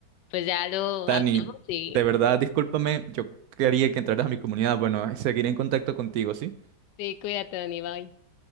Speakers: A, on the left; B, on the right.
A: pues ya lo
B: Dani,
A: hablamos y
B: de verdad, discúlpame, yo quería que entraras a mi comunidad. Bueno, seguiré en contacto contigo, ¿sí?
A: sí, cuídate, Dani, bye.